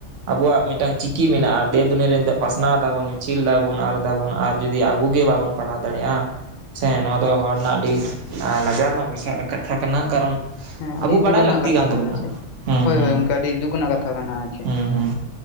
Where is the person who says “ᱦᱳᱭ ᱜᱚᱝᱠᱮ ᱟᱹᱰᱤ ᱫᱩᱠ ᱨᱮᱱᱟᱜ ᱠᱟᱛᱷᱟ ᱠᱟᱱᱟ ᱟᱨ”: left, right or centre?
Left